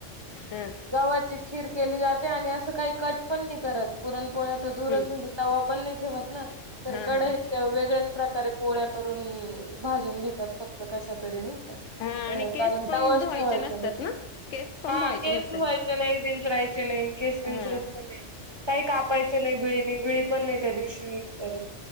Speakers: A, on the left (about 75°); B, on the right (about 25°).
A: हा
B: गव्हाची खीर केली जाते. ते आणि असं काही कट पण नाही करत पुरणपोळ्या तर दूरच
A: हम्म
B: म्हणजे तवा पण नाही ठेवत ना. तर
A: हा
B: कढईत
A: हा हा
B: त्या वेगळ्याच प्रकारे पोळ्या करून भाजून घेतात. फक्त कशा तरी नाही का
A: हा आणि केस
B: कारण
A: पण
B: तवाच
A: धुवायचे
B: ठेवायचं
A: नसतात
B: नसतो.
A: ना केस पण
B: हा
A: धुवायचे
B: केस
A: नसतात
B: धुवायचे नाही विंचरायचे नाही केस विंचरत
A: हा
B: पण नाही काही कापायचे. नाही विळी नाही विळी पण नाही त्या दिवशी यूज करत.